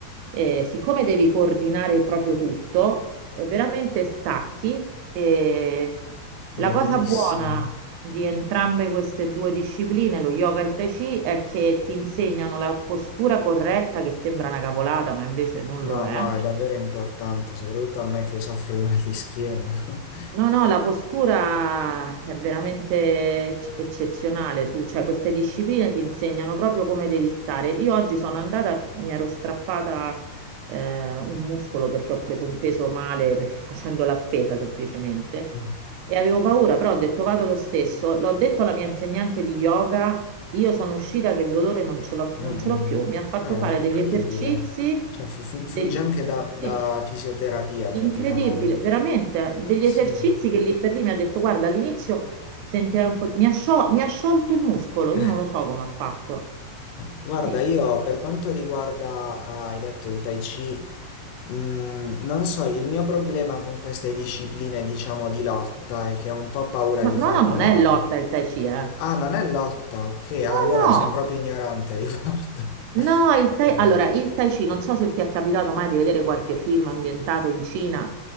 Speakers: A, on the right (about 85°); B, on the left (about 80°).
A: E siccome devi coordinare proprio tutto, eh, veramente stacchi e
B: Ma
A: la
B: bellissimo.
A: cosa buona di entrambe queste due discipline, lo yoga e il tai chi, è che ti insegnano la postura corretta che sembra una cavolata, ma invece non
B: No,
A: lo
B: no,
A: è
B: è davvero importante, soprattutto a me che soffro di mal di schiena. <laughs>
A: No, no, la postura è veramente ec- eccezionale, su, cioè queste discipline ti insegnano proprio come devi stare. Io oggi sono andata, mi ero strappata eh, un muscolo perché ho preso un peso male per- <laughs> facendo la spesa semplicemente
B: Mm.
A: e avevo paura, però ho detto vado lo stesso, l'ho detto alla mia insegnante di yoga, io sono uscita che il dolore non ce l'ho
B: Mm,
A: non
B: mm.
A: ce l'ho più, mi ha fatto
B: Ah,
A: fare
B: È incredibile.
A: degli esercizi,
B: Cioè, fu- fu-
A: del-
B: funge anche da, da
A: sì.
B: fisioterapia praticamente.
A: Incredibile, veramente, degli
B: Sì.
A: esercizi che lì per lì mi ha detto, guarda, all'inizio sentirai un po', mi ha, sciol- mi ha sciolto il muscolo,
B: <laughs>
A: io non lo so come ha fatto.
B: Guarda,
A: Sì.
B: io per quanto riguarda, ah, hai detto il Tai Chi, mm, non so, il mio problema con queste discipline, diciamo, di lotta è che ho un po' paura
A: Ma-
B: di
A: no,
B: farmi
A: no, non
B: male.
A: è lotta il Tai Chi, eh.
B: Ah, non è lotta, ok, allora
A: No, no,
B: sono proprio ignorante a riguardo.
A: no,
B: <laughs>
A: il tai... Allora, il Tai Chi, non so se ti è capitato mai di vedere qualche film ambientato in Cina,